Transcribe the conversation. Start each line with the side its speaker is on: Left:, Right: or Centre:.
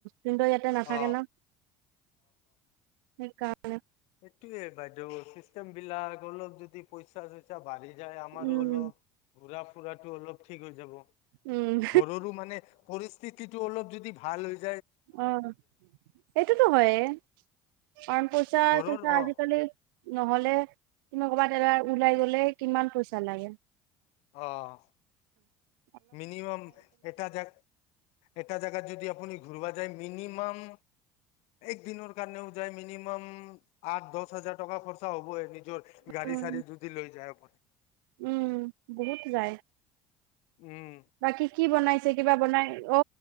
Right: কিন্তু ইয়াতে নাথাকে
Left: অ
Right: ন সেইকাৰণ অ
Left: এইটোৱেই বাইদেউ চিষ্টেম বিলাক অলপ যদি পইচা চইচা বাহি যায় আমাৰো
Right: উম
Left: অলপ ঘূৰা ফুৰা টো অলপ ঠিক হৈ যাব
Right: উম
Left: ঘৰৰো মানে পৰিস্থিতিটো অলপ যদি ভাল হয়
Right: আহ এইটোতো হয় কাৰ প‌ইচা
Left: ঘৰৰ
Right: চ‌ইচা
Left: অ
Right: আজিকালি নহলে তুমি ক'ৰবাত এবাৰ ওলাই গলে কিমান পইচা লাগে
Left: অ
Right: উ
Left: মিনিমাম এটা জেগাত এটা জেগাত যদি আপোনি ঘূৰিব যায় মিনিমাম এক দিনৰ কাৰণেও যায় মিনিমাম আঠ দহ হাজাৰ টকা খৰচা হ'ব গাড়ী
Right: উম
Left: চাাৰী যদি লৈ যায় <unintelligible>
Right: উম বহুত যায়
Left: উম
Right: বাকী কি বনাইছে কিবা বনাই অ